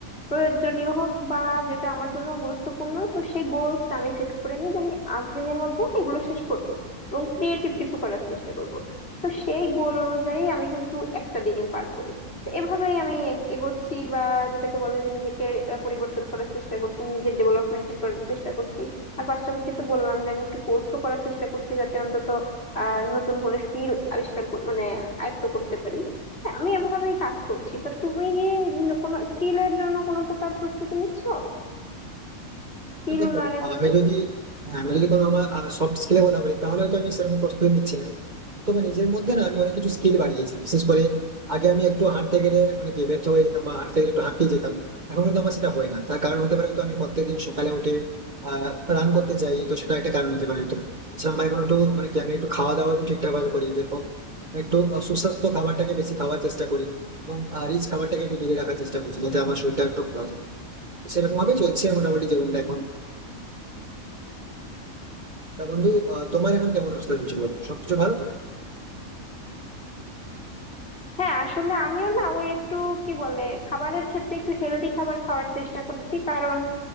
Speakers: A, on the left (about 45°); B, on the right (about 35°).
A: প্রয়োজনীয় হোক বা যেটা আমার জন্য গুরুত্বপূর্ণ তো সেই গোলসটা আমি সেট করে নিই যে আমি আজ দিনের মধ্যে এগুলো শেষ করব এবং ক্রিয়েটিভ কিছু করার চেষ্টা করব তো সেই গোল অনুযায়ী আমি কিন্তু একটা দিন পার করি তো এভাবেই আমি এগ- এগোচ্ছি বা যেটাকে বলে যে নিজেকে আহ, পরিবর্তন করার চেষ্টা করছি নিজের ডেভেলপমেন্ট করার চেষ্টা করছি আর পাশাপাশি তো বললাম যে আমি একটু কোর্সও করার চেষ্টা করছি যাতে অন্তত আহ নতুন কোনো স্কিল আবিষ্কার কর- মানে আয়ত্ত করতে পারি হ্যাঁ, আমি এভাবেই কাজ করছি তা তুমি কি কোনো স্কিলের জন্য কোনো প্রকার প্রস্তুতি নিচ্ছো স্কিল
B: দেখো
A: উন্নয়নের জন্য
B: আমি যদি আমি যদি কোনো আমার সফট স্কিলের কথা বলি তাহলে তো আমি সেরকম প্রস্তুতি নিচ্ছি না তবে নিজের মধ্যে না আমি অনেক কিছু স্কিল বাড়িয়েছি বিশেষ করে আগে আমি একটু হাঁটতে গেলে মানে কি ব্যর্থ হয়ে যেতাম বা হাঁটতে গেলে একটু হাঁপিয়ে যেতাম এখন কিন্তু আমার সেটা হয় না তার কারণ হতে পারে হয়তো আমি প্রত্যেকদিন সকালে উঠে আহ রান করতে যাই তো সেটা একটা কারণ হতে পারে হয়তো এছাড়া আমার এখন একটু মানে কি আমি একটু খাওয়া দাওয়া একটু ঠিকঠাক ভাবে করি যেরকম একটু আহ, সুস্বাস্থ্য খাবারটাকে বেশি খাওয়ার চেষ্টা করি এবং রিচ খাবারটাকে একটু দূরে রাখার চেষ্টা করছি যাতে আমার শরীরটা একটু ভালো থাকে সেরকম ভাবে চলছে মোটামুটি জীবনটা এখন তা বন্ধু আহ, তোমার এখন কেমন অবস্থা চলছে বলো সবকিছু ভালো তো
A: হ্যাঁ আসলে আমিও না ওই একটু কি বলে খাবারের ক্ষেত্রে একটু হেলদি খাবার খাওয়ার চেষ্টা করছি কারণ